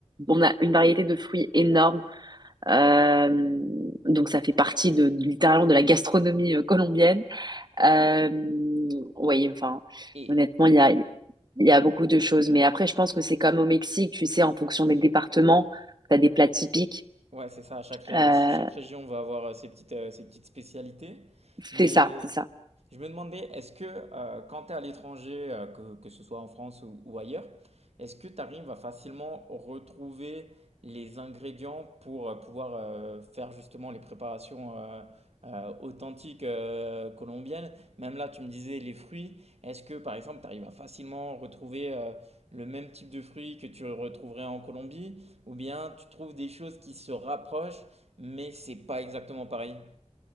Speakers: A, on the right; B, on the right.
A: on a une variété de fruits énorme. Euh, donc ça fait partie de, de- littéralement de la gastronomie euh, colombienne. Euh, oui, enfin,
B: Et,
A: honnêtement, il y a, il y a beaucoup de choses. Mais après, je pense que c'est comme au Mexique, tu sais, en fonction des départements, tu as des plats typiques.
B: Ouais, c'est ça. Chaque, ré-
A: Euh,
B: chaque région va avoir euh, ses petites, euh, ses petites spécialités. Mais
A: c'est ça, c'est ça.
B: je me demandais, est-ce que euh, quand tu es à l'étranger, euh, que, que ce soit en France ou, ou ailleurs, est-ce que tu arrives à facilement retrouver les ingrédients pour euh, pouvoir euh, faire justement les préparations euh, euh, authentiques euh, colombiennes? Même là, tu me disais les fruits. Est-ce que, par exemple, tu arrives à facilement retrouver euh, le même type de fruits que tu retrouverais en Colombie? Ou bien tu trouves des choses qui se rapprochent, mais c'est pas exactement pareil.